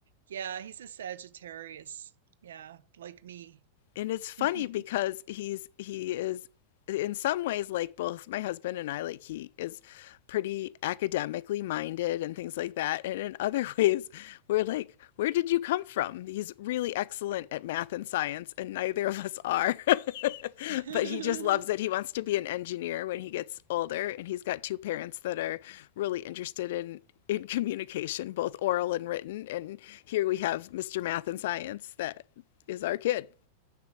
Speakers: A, on the right; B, on the left.
A: Yeah, he's a Sagittarius. Yeah, like me.
B: and it's funny
A: <laughs>
B: because he's he is in some ways like both my husband and I like he is pretty academically minded and things like that and in other <laughs> ways we're like where did you come from he's really excellent at math and science and neither of us are <laughs>
A: <laughs>
B: but he just loves it he wants to be an engineer when he gets older and he's got two parents that are really interested in in communication both oral and written and here we have Mr. Math and Science that is our kid